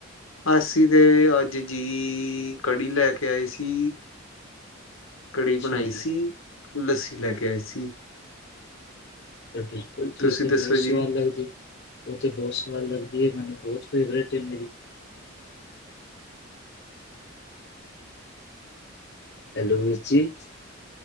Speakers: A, on the left (about 80°); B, on the left (about 55°).
A: ਅਸੀ ਤੇ ਅੱਜ ਜੀ, ਕੜੀ ਲੈ ਕੇ ਆਏ ਸੀ। ਕੜੀ
B: ਅੱਛਾ
A: ਬਣਾਈ
B: ਜੀ
A: ਸੀ। ਲੱਸੀ ਲੈ ਕੇ ਆਈ ਸੀ।
B: ਬਿਲਕੁਲ ਜੀ,
A: ਤੁਸੀਂ
B: ਉਹ ਤੇ
A: ਦੱਸੋ
B: ਬਹੁਤ ਸਵਾਦ
A: ਜੀ
B: ਲੱਗਦੀ। ਉਹ ਤੇ ਬਹੁਤ ਸਵਾਦ ਲੱਗਦੀ ਹੈ ਮੈਨੂੰ ਬਹੁਤ ਫੇਵਰੇਟ ਹੇ ਮੇਰੀ ਹੈਲੋ ਵੀਰ ਜੀ